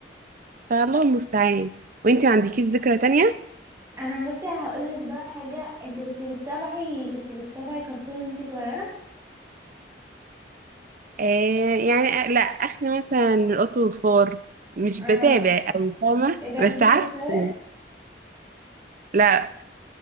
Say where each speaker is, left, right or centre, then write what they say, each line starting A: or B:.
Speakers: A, on the right; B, on the right.
A: فالله المستعان وانتي ما عندكيش ذكرى تانية
B: انا بس هقولك بقى حاجة انت كنت بتتابعي كنت بتتابعي كرتون وانت صغيرة
A: آه يعني آه، لا اخلي مثلا القط والفار مش
B: اه
A: بتابع او فاهمة
B: ايه ده ما
A: بس
B: كنتيش
A: عارفة
B: بتسوي
A: يعني. لا